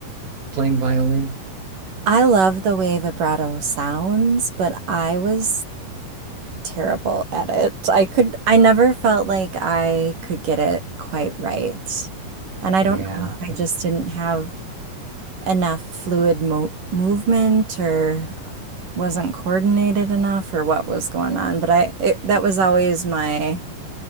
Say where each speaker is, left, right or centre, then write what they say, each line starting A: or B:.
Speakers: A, on the right; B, on the right.
A: playing violin?
B: I love the way vibrato sounds, but I was terrible at it. I could, I never felt like I could get it quite right. And I
A: Yeah.
B: don't know if I just didn't have enough fluid mo movement or wasn't coordinated enough or what was going on, but I it, that was always my